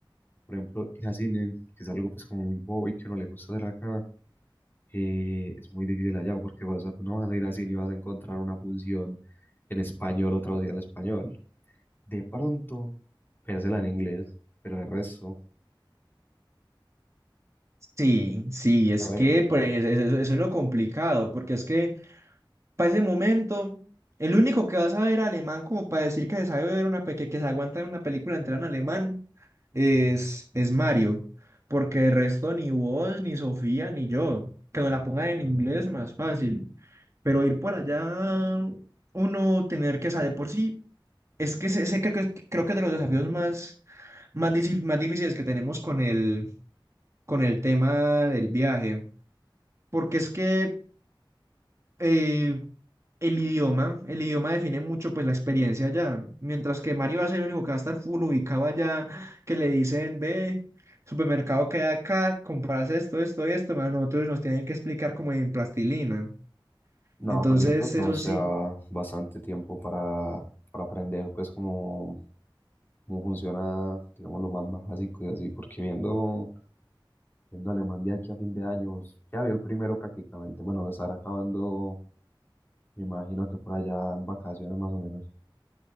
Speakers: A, on the left (about 25°); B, on the right (about 35°).
A: por ejemplo, ir a cine, que es algo pues como muy bobo y que no le gusta hacer acá, eh, es muy difícil allá porque vas a, no vas a ir a cine y vas a encontrar una función en español o traducida al español. De pronto, véasela en inglés, pero el resto,
B: Sí, sí, es
A: a ver,
B: que pues, eso, eso es lo complicado, porque es que Para ese momento, el único que va a saber alemán como para decir que se sabe ver una pe- que, que se aguanta ver una película entera en alemán es, es Mario, porque de resto ni vos, ni Sofía, ni yo, que nos la pongan en inglés más fácil, pero ir por allá, uno tener que saber por sí, es que ese, ese creo que creo que es de los desafíos más, más, disi- más difíciles que tenemos con el, con el tema del viaje, porque es que eh, el idioma, el idioma define mucho pues la experiencia allá, mientras que Mario va a ser el único que va a estar full ubicado allá, que le dicen, ve, supermercado queda acá, compras esto, esto y esto, más nosotros nos tienen que explicar como en plastilina.
A: no,
B: Entonces,
A: pero yo creo que
B: eso
A: aún sea
B: sí.
A: bastante tiempo para, para aprender pues como cómo funciona, digamos, lo más básico y así, porque viendo Viendo Alemán de aquí a fin de año, pues, ya vio el primero prácticamente. Bueno, lo estará acabando, me imagino que por allá en vacaciones más o menos.